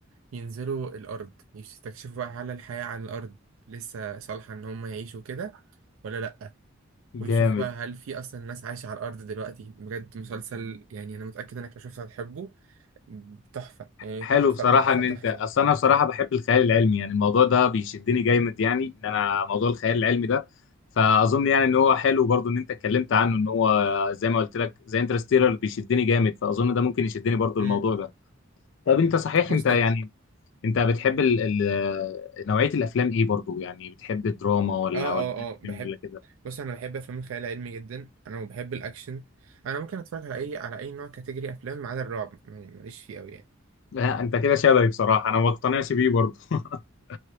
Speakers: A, on the right (about 75°); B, on the left (about 65°).
A: ينزلوا الأرض يستكشفوا بقى هل الحياة على الأرض لسه صالحة إن هم يعيشوا كده ولا لأ
B: جامد
A: ويشوفوا بقى هل في أصلا ناس عايشة على الأرض دلوقتي بجد مسلسل يعني أنا متأكد إنك لو شفته هتحبه تحفة يعني
B: حلو
A: تحفة
B: بصراحة
A: تحفة
B: ان انت
A: تحفة
B: اصل انا بصراحة بحب الخيال العلمي يعني الموضوع ده بيشدني جامد يعني ان انا موضوع الخيال العلمي ده فاظن يعني ان هو حلو برضو ان انت اتكلمت عنه ان هو زي ما قلت لك زي انترستيلر بيشدني جامد فاظن ده ممكن يشدني برضو
A: مم.
B: الموضوع ده طب انت صحيح
A: بص
B: انت يعني
A: ده
B: انت بتحب ال ال نوعية الافلام ايه برضو يعني بتحب الدراما ولا
A: اه اه
B: ولا أكشن
A: اه بحب
B: ولا كده
A: بص انا بحب افلام الخيال العلمي جدا انا وبحب الاكشن انا ممكن اتفرج على اي على اي نوع كاتيجوري افلام ما عدا الرعب يعني ماليش فيه قوي يعني
B: لا انت كده شبهي بصراحه انا ما بقتنعش بيه برضه <laughs>